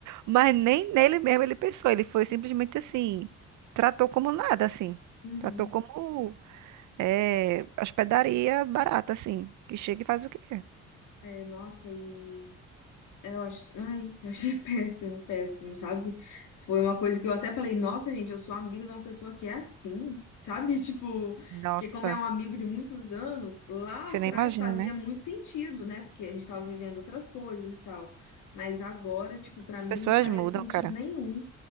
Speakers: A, on the right; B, on the left.
A: Mas nem nele mesmo ele pensou. Ele foi simplesmente assim, tratou como nada, assim.
B: uhum.
A: Tratou como é, hospedaria barata, assim. Que chega e faz o que quer.
B: É, nossa, e Eu acho, ai, eu achei <laughs> péssimo, péssimo, sabe? Foi uma coisa que eu até falei, nossa, gente, eu sou amigo de uma pessoa que é assim, sabe? <laughs> Tipo,
A: Nossa,
B: porque como é um amigo de muitos anos, lá
A: você
B: atrás
A: nem imagina,
B: fazia
A: né?
B: muito sentido, né? Porque a gente tava vivendo outras coisas e tal. Mas agora, tipo, pra
A: As
B: mim
A: pessoas
B: não faria
A: mudam,
B: sentido
A: cara.
B: nenhum.